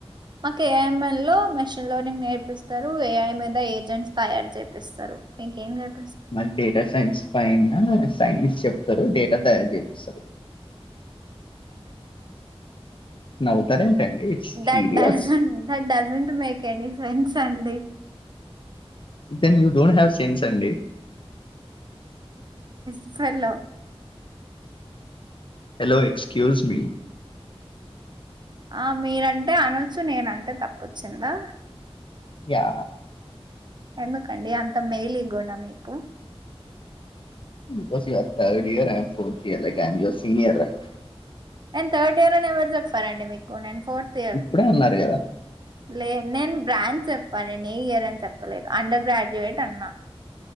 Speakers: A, on the right; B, on the left.
A: మాకు ఏఐంఎ లో మెషిన్ లెర్నింగ్ నేర్పిస్తారు ఏఐ మీద ఏజెంట్స్ తయారు చేపిస్తారు మీకేం చెారు
B: మరి డేటా సైన్స్ ఫై సైన్స్ చెప్తారు డేటా తయారు చేపిస్తారు నవ్వుతారేంటండి ఇట్స్ సీరియస్
A: ఆ డాజ డాజంట్ మ కనీ fun Sunday
B: then you don't have sense అండి
A: ఇప్పలో
B: హలో ఎక్స్ క్యూజ్ మీ
A: ఆ మీరంటే అనొచ్చు నేనంటే తప్ప వచ్చిందా
B: యా
A: ఎందు కండి అంత మేలి గ మీకు
B: bus your third ఇయర్ండ్ and ఇఅం fourth year ఇఅం your senior right
A: నేను థర్డ్ ఇయర్ అని ఎవరు చెప్పారండి మీకు నేను ఫోర్త్ ఇయర్
B: ఇప్పుడే అన్నారు కదా
A: లే నేను బ్రాంచ్ చెప్ పన్ననే ఇయర్ అని చెప్పలేదు అండర్ గ్రాడ్యుయేట్ అన్నా